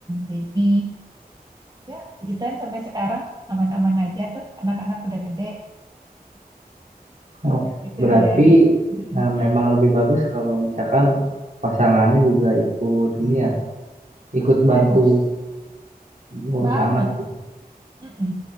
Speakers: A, on the right; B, on the right.
A: baby. Ya, puji Tuhan sampai sekarang aman-aman aja tuh anak-anak udah gede
B: Oh,
A: itu
B: berarti
A: Rian. <laughs>
B: eh, memang lebih bagus kalau misalkan pasangannya juga ikut ini ya, ikut bantu
A: Harus
B: ngurus
A: banget,
B: anak gitu.
A: Mm-mm.